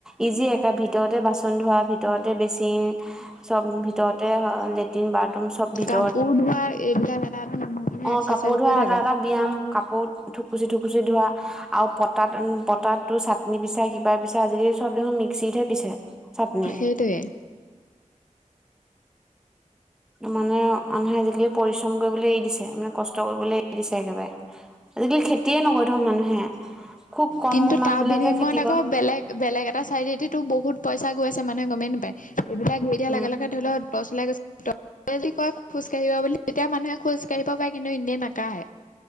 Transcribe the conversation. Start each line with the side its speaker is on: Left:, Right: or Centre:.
Centre: ইজিয়ে একে ভিতৰতে বাচন ধোৱা ভিতৰতে বেচিন চব ভিতৰতে লেট্ৰিন বাথৰুম চব ভিত
Left: কাপোৰ ধোৱা এইবিলাক বা আমাৰ মানুহবোৰে
Centre: অ
Left: এক্সাৰচাইজ
Centre: কাপোৰ ধোৱা এটা
Left: থাকে
Centre: এটা ব্যায়াম কাপোৰত থুকুচি থুকুচি ধোৱা আৰু পতাত পতাত টো চাটনি পিছা কিবা পিছা আজিকালি চব দেখোন মিক্সিতহে পিছে চাটনি
Left: সেইটোৱে
Centre: মানে মানুহে আজিকালি পৰিশ্ৰম কৰিবলে এৰি দিছে মানে কষ্ট কৰিবলে এৰি দিছে একেবাৰে। আজিকালি খেতিয়ে নকৰে ধৰ মানুহে। খুব কম
Left: কিন্তু
Centre: মানুহ
Left: তাৰ
Centre: বিলাকে
Left: বিনিময়ত
Centre: খেতি কৰে
Left: আকৌ বেলেগ বেলেগ এটা চাইডেদি তো বহুত পইচা গৈ আছে মানুহে গমেই নাপায় এইবিলাক এৰি দিয়াৰ
Centre: উম
Left: লগে লগে ধৰি লওক ডচ ওলাই গৈছে ডক্টৰে যদি কয় খোজকাঢ়িব বুলি তেতিয়া মানুহে খোজ কাঢ়িব পাৰে কিন্তু এনেয়ে নাকাঢ়ে